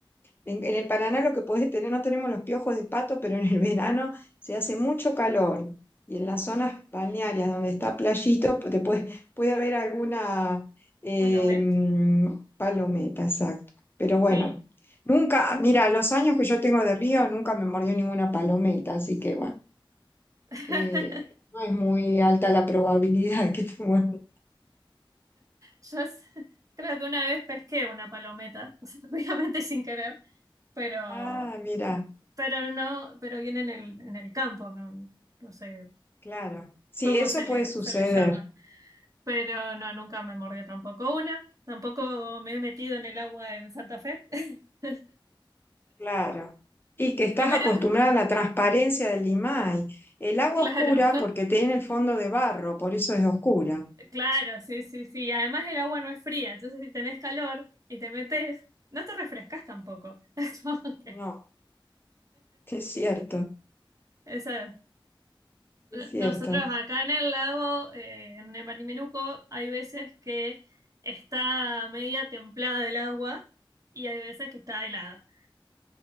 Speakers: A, on the left; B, on the right.
A: En, en el Paraná lo que podés tener, no tenemos los piojos de pato, pero en el <laughs> verano se hace mucho calor. Y en las zonas balnearias donde está playito, pu- te puede, puede haber alguna eh,
B: palometa,
A: mm, palometa, exacto. Pero bueno,
B: sí.
A: nunca, mira, los años que yo tengo de río nunca me mordió ninguna palometa, así que bueno,
B: <laughs>
A: eh, no es muy alta la probabilidad <laughs> que te muerda.
B: Yo s- creo que una vez pesqué una palometa, <laughs> o sea, obviamente sin querer, pero,
A: Ah, mira,
B: pero no, pero viene en el, en el campo, no, no sé
A: claro. Sí,
B: cómo
A: eso
B: se le,
A: puede suceder.
B: se le llama. pero no, nunca me mordió tampoco una. Tampoco me he metido en el agua en Santa Fe. <laughs>
A: Claro. Y que estás
B: Primero,
A: acostumbrada a la transparencia del limay. El agua
B: claro,
A: oscura porque tiene el fondo de barro, por eso es oscura.
B: <laughs> claro, sí, sí, sí. Además el agua no es fría, entonces si tenés calor y te metes, no te refrescas tampoco. <laughs> Es como que
A: No, <laughs> es cierto,
B: eso
A: es cierto.
B: Nosotros acá en el lago, eh, en el Marimenuco, hay veces que está media templada el agua y hay veces que está helada.